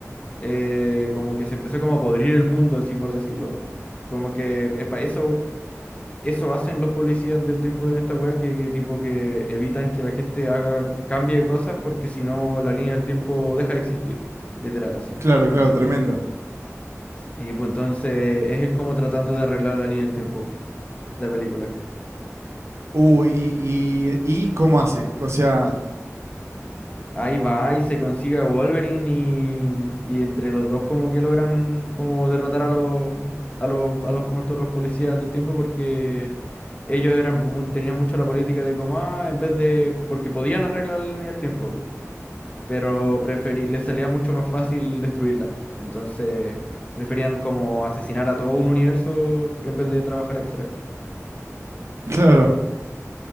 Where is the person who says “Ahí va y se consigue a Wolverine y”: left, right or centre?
Left